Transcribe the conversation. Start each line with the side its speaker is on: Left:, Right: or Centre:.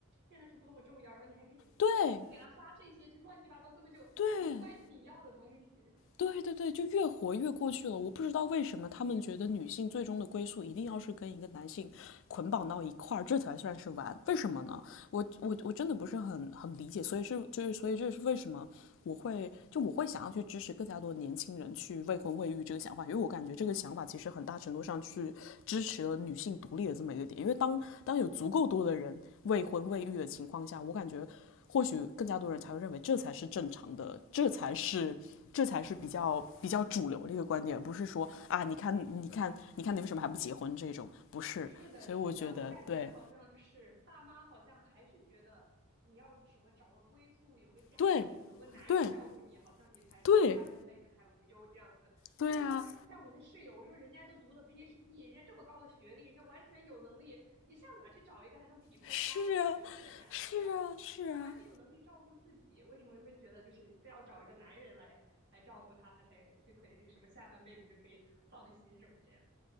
Right: 现在是多么重要，然后你还给你
Left: 对
Right: 还给她发这些这乱七八糟根本就无关紧要的东西，
Left: 对对对对，就越活越过去了。我不知道为什么他们觉得女性最终的归宿一定要是跟一个男性捆绑到一块儿，这才算是完。为什么呢？我我我真的不是很很理解，所以是就是所以这是为什么我会就我会想要去支持更加多年轻人去未婚未育这个想法，因为我感觉这个想法其实很大程度上去支持了女性独立的这么一个点。因为当当有足够多的人未婚未育的情况下，我感觉或许更加多人才会认为这才是正常的，这才是这才是比较比较主流的一个观点，不是说啊，你看你看你看你为什么还不结婚这种，不是。
Right: 是的，
Left: 所以我觉得对
Right: 是的，我感觉好像是爸妈好像还是觉得你要什么找个归宿，有个家庭，
Left: 对
Right: 有个男人照顾你，
Left: 对
Right: 好像你才你下半辈子才无忧这样子。
Left: 对
Right: 我就说，
Left: 对啊，
Right: 像我那室友，我说人家都读了 PhD，人家这么高的学历，人家完全有能力，你上哪去找一个还能匹配他学历的男的？
Left: 是啊。是啊，
Right: 然后身上完全有能力照顾自己，
Left: 是啊，
Right: 为什么你会觉得就是非要找一个男人来来照顾他，他才就可以什么下半辈子就可以放心什么这样？